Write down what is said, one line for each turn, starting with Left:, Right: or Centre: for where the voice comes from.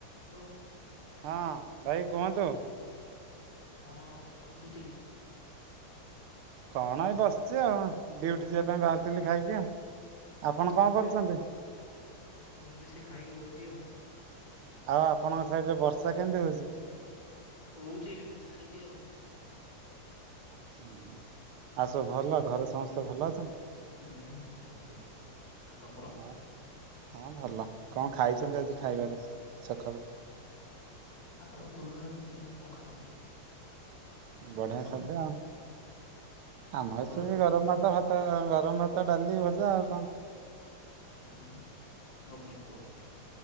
Left: ହ୍ୟାଲୋ।
Right: ହଁ ଭାଇ କୁହନ୍ତୁ।
Left: କଣ କରୁଛନ୍ତି?
Right: କଣ ଏଇ ବସିଛି ଆଉ। ଡ଼ିଉଟି ଯିବା ପାଇଁ ବାହାରିଥିଲି ଖାଇକି ଆଉ।
Left: କେତେବେଳେ
Right: ଆପଣ କଣ
Left: ଯିବେ?
Right: କରୁଛନ୍ତି?
Left: ମୁଁ ବି ସେଇ ଖାଇକି ବଇଚି ଆଉ।
Right: ଆଉ ଆପଣଙ୍କ ସାଇଡରେ ବର୍ଷା କେମିତି ହୋଉଛି?
Left: ହଉଛିନି ଟିକେ ଛାଡିଛି ଆଉ।
Right: ଆଉ ସବୁ ଭଲ ଘରେ ସମସ୍ତେ ଭଲ ଅଛନ୍ତି?
Left: ହୁଁ ହୁଁ ଭଲ ସବୁ। ଆ ତମର?
Right: ହଁ ହଁ ଭଲ। କଣ ଖାଇଛନ୍ତି ଆଜି ଖାଇବାରେ ସକାଳୁ?
Left: ଆଳୁ କଲରା ଭଜାକୁ ପଖାଳ।
Right: ବଢିଆ
Left: ତମର
Right: ଖାଦ୍ୟ ଆଉ। ଆମର
Left: ତମର
Right: ସେଇ ଗରମ ଭାତ ଭା ତ ଗରମ ଭାତ ଡାଲି ଭଜା ଆଉ କଣ।
Left: ଉହୁଁ ଆଉ କଣ କୁହ?